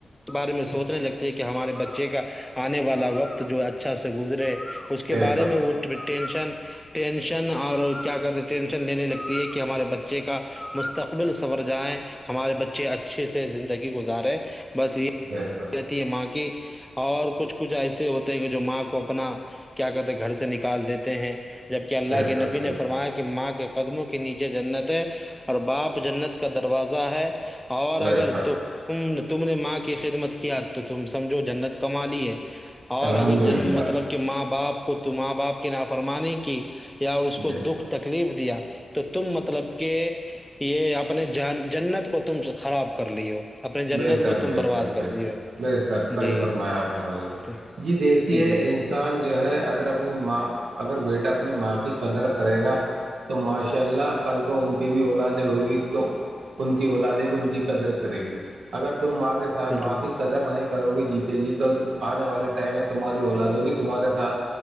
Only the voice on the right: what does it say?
بے
شک
بے شک
بے
شک
بے
شک
بے شک
الحمد
للہ
بے
شک
بے شک
بے
شک
بے
شک
بے سر
صحیح فرمایا آپ نے
جی دیکھیے
انسان جو ہے اگر اپنی ماں اگر بیٹا اپنی ماں کی قدر کرے گا تو ماشاء اللہ کل کو ان کی بھی اولادیں ہوگی تو ان کی اولادیں بھی ان کی قدر کرے گی اگر تم ماں کےاتھ
ماں کی قدر نہیں کرو گی جیتے جی تو آنے والے ٹائم میں تمہاری اولادو بھی تمہارے سات